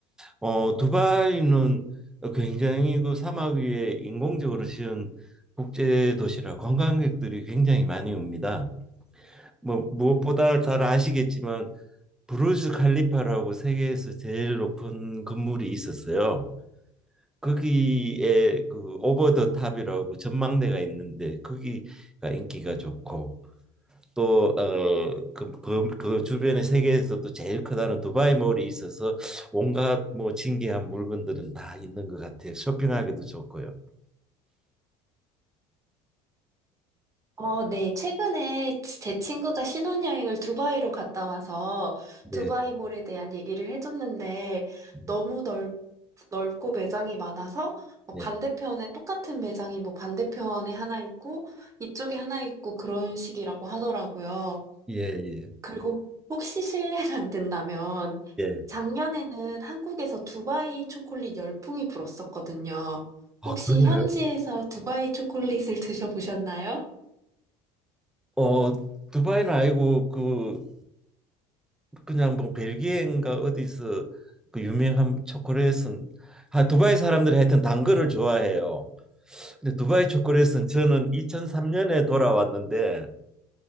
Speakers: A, in the centre; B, on the right.
A: 어, 두바이는 굉장히 그 사막 위에 인공적으로 지은 국제 도시라 관광객들이 굉장히 많이 옵니다. 뭐 무엇보다 잘 아시겠지만 브루즈 칼리파라고 세계에서 제일 높은 건물이 있었어요. 거기에 그 오버 더 탑이라고 전망대가 있는데 거기가 인기가 좋고 또 어 그 그 그 주변에 세계에서도 제일 크다는 두바이 몰이 있어서 온갖 뭐 진귀한 물건들은 다 있는 것 같아요. 쇼핑하기도 좋고요.
B: 어, 네. 최근에 제 친구가 신혼여행을 두바이로 갔다 와서
A: 네.
B: 두바이몰에 대한 얘기를 해줬는데
A: 음,
B: 너무 넓, 넓고 매장이 많아서 뭐
A: 네.
B: 반대편에 똑같은 매장이 뭐 반대편에 하나 있고 이쪽에 하나 있고 그런 식이라고 하더라고요.
A: 예, 예,
B: 그리고 혹시 실례가 안 된다면
A: 예.
B: 작년에는 한국에서 두바이 초콜릿 열풍이 불었었거든요.
A: 아,
B: 혹시
A: 그래요?
B: 현지에서 두바이 초콜릿을 드셔보셨나요?
A: 어, 두바이는 아니고 그 그냥 뭐 벨기에인가 어디서 그 유명한 초콜릿은 아, 두바이 사람들이 하여튼 단 거를 좋아해요. 근데 두바이 초콜릿은 저는 2003년에 돌아왔는데